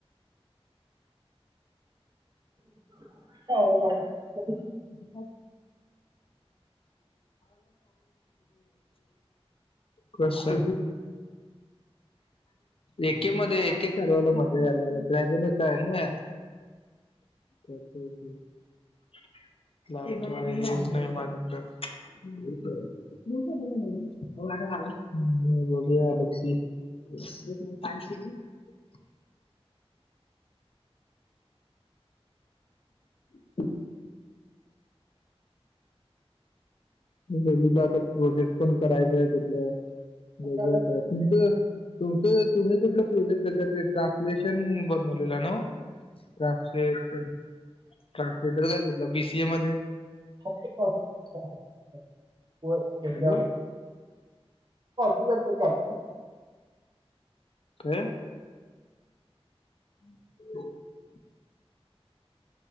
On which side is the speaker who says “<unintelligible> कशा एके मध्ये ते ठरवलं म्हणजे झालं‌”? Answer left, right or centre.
Left